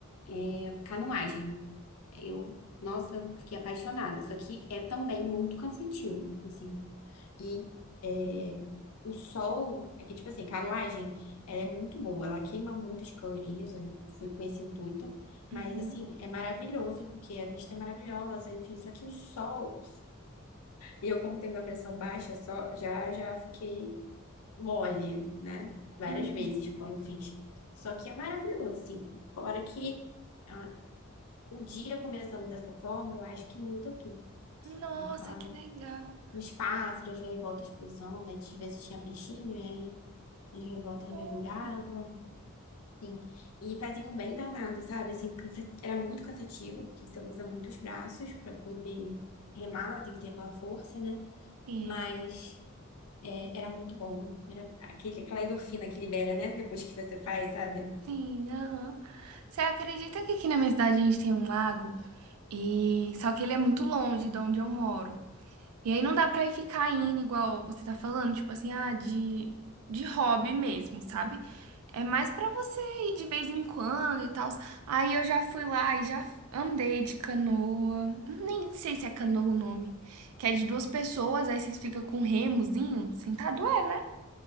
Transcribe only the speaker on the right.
Uhum,
uhum.
Nossa,
que legal.
Fofo.
Sim,
sim, aham. Você acredita que aqui na minha cidade a gente tem um lago? E só que ele é muito longe de onde eu moro. E aí não dá pra ir ficar indo igual você tá falando, tipo assim, ah, de, de hobby mesmo, sabe? É mais pra você ir de vez em quando e tal. Aí eu já fui lá e já andei de canoa. Nem sei se é canoa o nome. Que é de duas pessoas, aí vocês ficam com um remozinho. Sentado é, né?